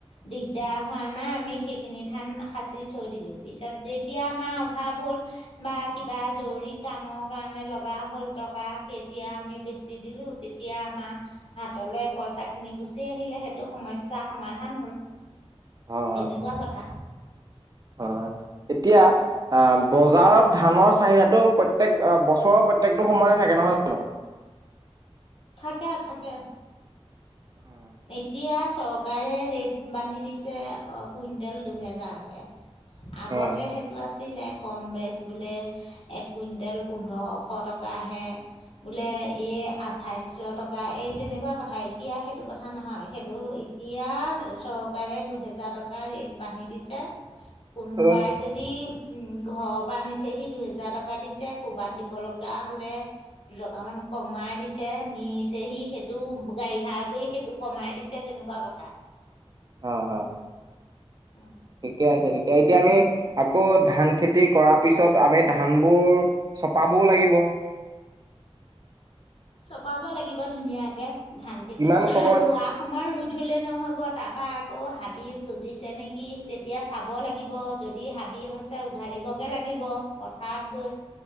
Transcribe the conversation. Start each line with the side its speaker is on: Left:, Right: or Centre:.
Left: দিগদাৰ হোৱা নাই, আমি সেইখিনি ধান সাঁচি থৈ দিলো পিছত যেতিয়া আমাৰ অভাৱ হ'ল বা কিবা জৰুৰী কামক কাৰণে লগা হল টকা তেতিয়া আমি বেচি দিলো, তেতিয়া আমাৰ হাতলে পইচা- খিনি গুচি আহিলে সেইটো সমস্যা সমাধান হ'ল।
Right: হয় -হয়
Left: তেনেকুৱা কথা।
Right: -হয় এতিয়া, অ, বজাৰত ধানৰ চাহিদাটো প্ৰত্যয়েক বছৰৰ প্ৰত্যেকটো সময়তে থাকে নহয় জানো?
Left: থাকে - থাকে
Right: <unintelligible>
Left: এতিয়া চৰকাৰে ৰেট- বান্ধি দিছে কুইণ্টেল দুহেজাৰকে। আগতে
Right: অ
Left: সেইটো আছে, ছিলে কম-বেচ বোলে এক কুইণ্টেল- পোন্ধৰশ টকা আহে, বোলে এ', আঠইশ্য টকা এই তেনেকুৱা কথা এতিয়া সেইটো কথা। কথা-নহয় সেইটো এতিয়া চৰকাৰে দুহেজাৰ টকাৰ ৰেট বান্ধি দিছে, কোনোবাই
Right: অ
Left: যদি, উম', ঘৰৰ পৰা নিছেহি দুহেজাৰ টকা দিছে, কৰ'বাত দিব লগা হলে দুটকামান কমাই দিছে, নিচেহি সেইটো গাড়ী ভাড়া কৰি সেইটোক কমাই দিছে তেনেকোৱা কথা,
Right: আঁ ', হা',
Left: উম
Right: ঠিকে আছে। এতিয়া আমি আকৌ ধান- খেতি কৰাৰ পিছত আমি ধান বোৰ চপা, বৰ লাগিব,
Left: চপাব লাগিব ধুনীয়াকে, ধান খেতি
Right: কিমান
Left: কৰ
Right: সময়ত
Left: ৰোৱা সময় ৰুই থলে নহ'ব, তাৰপা আকৌ হাবি গজিছে নেকি, তেতিয়া চাব লাগিব যদি হাবি হৈছে উঘালি বগে লাগিব। পথাৰত গৈ